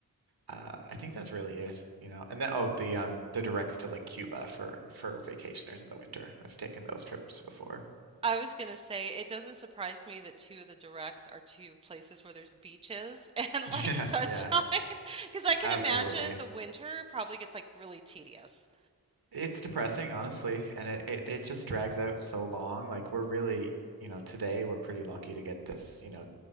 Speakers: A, on the right (about 80°); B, on the right (about 15°).
A: uh, I think that's really it, you know. And then oh, the um the directs to like Cuba for for vacationers in the winter. I've taken those trips before.
B: I was gonna say it doesn't surprise me that two of the directs are two places where there's beaches <laughs> and
A: <laughs>
B: like
A: Yeah,
B: sunshine,
A: yeah,
B: <laughs> because I can
A: absolutely.
B: imagine the winter probably gets like really tedious.
A: It's depressing, honestly, and it, it it just drags out so long. Like we're really, you know, today we're pretty lucky to get this, you know,